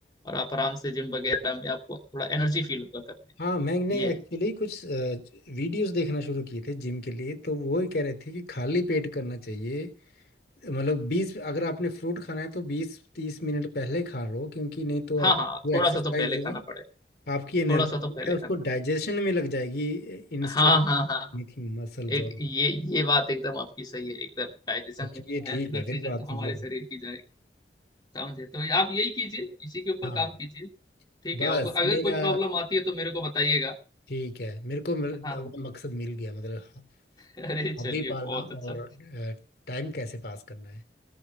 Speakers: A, on the left; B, on the left.
A: और आप आराम से जिम वगैरह में आपको थोड़ा एनर्जी फील होगा करने
B: हाँ मैं नहीं
A: ये
B: एक्चुअली
A: है
B: कुछ वीडियोस देखना शुरू किए थे जिम के लिए तो वो ही कह रहे थे कि खाली पेट करना चाहिए मतलब बीस अगर आपने फ्रूट खाना है तो बीस तीस मिनट पहले खा लो क्योंकि नहीं तो
A: हाँ
B: आप
A: हाँ
B: जो
A: थोड़ा
B: एक्सरसाइज
A: सा तो पहले खाना
B: है
A: पड़ेगा
B: आपकी एनर्जी
A: थोड़ा सा तो पहले
B: है उसको
A: खाना
B: डाइजेशन में लग जाएगी Instead
A: हाँ
B: of
A: हाँ हाँ हाँ
B: muscles
A: एक
B: और
A: ये ये बात एकदम आपकी सही है एकदम डाइजेशन
B: अच्छा
A: में भी
B: ये
A: भयंकर
B: ठीक है
A: चीजें
B: फिर बात
A: तो
B: मतलब
A: हमारे शरीर की जाएगी समझे तो ये- आप यही कीजिए इसी के ऊपर
B: हाँ
A: काम कीजिए ठीक
B: बस
A: है और अगर
B: मेरा
A: कोई प्रॉब्लम आती है तो मेरे को बताइएगा
B: ठीक है मेरे को मिल,
A: हाँ
B: अपना
A: हाँ
B: मकसद मिल गया मतलब
A: अरे चलिए
B: हॉबी पालना
A: बहुत अच्छा
B: और टाइम कैसे पास करना है